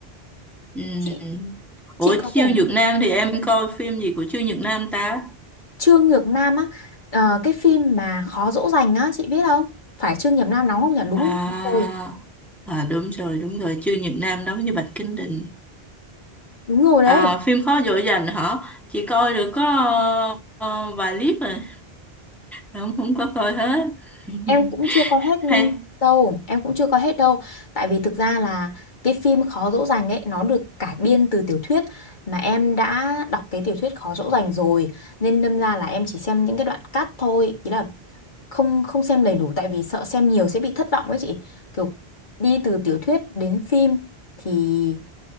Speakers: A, in the centre; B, on the left.
A: Ừm.
B: Chị
A: Ủa
B: chị có
A: Chiêu
B: vẻ
A: Nhược Nam thì em coi phim gì của Chiêu Nhược Nam ta?
B: Trương Nhược Nam á ờ, cái phim mà Khó dỗ dành á chị biết không phải Trương Nhược Nam đóng không nhỉ đúng
A: À,
B: không đúng rồi
A: à đúng rồi, đúng rồi, Chiêu nhật Nam đóng với Bạch Kinh Đình.
B: đúng rồi đấy
A: À, phim khó dỗ dành hả? Chị coi được có ờ, ờ, vài clip rồi không không có coi hết <laughs>
B: em cũng chưa coi hết
A: hay
B: đâu em cũng chưa coi hết đâu tại vì thực ra là cái phim Khó dỗ dành ấy nó được cải biên từ tiểu thuyết mà em đã đọc cái tiểu thuyết Khó dỗ dành rồi nên đâm ra là em chỉ xem những cái đoạn cắt thôi ý là không không xem đầy đủ tại vì sợ xem nhiều sẽ bị thất vọng ấy chị kiểu đi từ tiểu thuyết đến phim thì